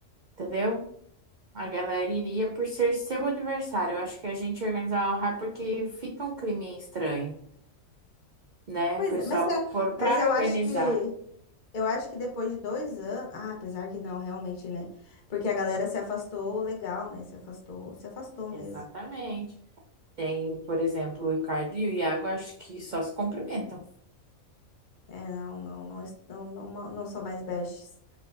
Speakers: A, on the right; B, on the left.
A: Entendeu? A galera iria por ser seu aniversário. Eu acho que a gente organizar um rap porque fica um clima estranho, né?
B: Pois
A: O pessoal,
B: é, mas será,
A: por,
B: mas
A: pra
B: eu
A: organizar.
B: acho que Eu acho que depois de dois anos. Ah, apesar que não, realmente, né? Porque a galera se afastou legal, né? Se afastou, se afastou mesmo.
A: Exatamente. Tem, por exemplo, o Ricardo e o Iago, acho que só se cumprimentam.
B: É, não, não, não, es- não, não, ma- não são mais bestes.